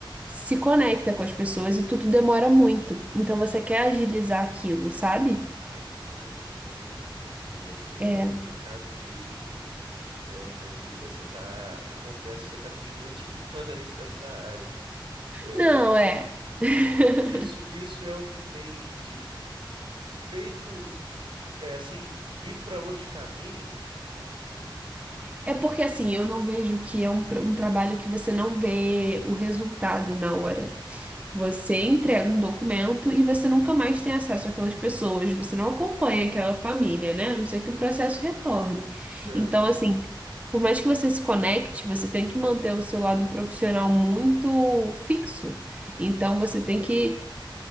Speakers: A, on the right (about 15°); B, on the right (about 75°).
A: se conecta com as pessoas e tudo demora muito. Então você quer agilizar aquilo, sabe?
B: Caramba, nossa. É, isso aí
A: É.
B: é complicado mesmo. É, minha amiga, você tá, eu confesso que você tá me desmotivando <laughs> aí para essa área. É,
A: Não, é. <laughs>
B: Isso, isso é o que tem te f- feito, é assim, ir para outros caminhos, né?
A: É porque assim, eu não vejo que é um, pr- um trabalho que você não vê o resultado na hora. Você entrega um documento e você nunca mais tem acesso àquelas pessoas, você não acompanha aquela família, né? A não ser que o processo retorne.
B: Certo,
A: Então, assim, por mais que você se conecte, você tem que manter o seu lado profissional muito fixo. Então, você
B: entendo.
A: tem que